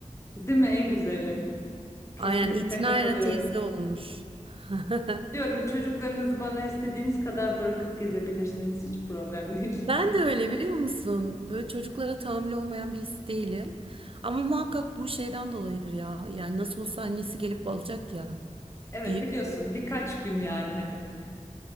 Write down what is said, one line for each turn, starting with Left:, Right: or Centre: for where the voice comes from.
Left: Değil mi en güzeli? Kesinlikle
Right: Aynen itinayla
Left: katılıyorum.
Right: teyze olunur. <laughs>
Left: Diyorum çocuklarınızı bana istediğiniz kadar bırakıp gezebilirsiniz. Hiç problem değil.
Right: Ben
Left: <laughs>
Right: de öyle biliyor musun? Böyle çocuklara tahammülü olmayan birisi değilim. Ama muhakkak bu şeyden dolayıdır ya. Yani nasıl olsa annesi gelip alacak ya
Left: Evet
Right: deyip.
Left: biliyorsun birkaç gün yani hani.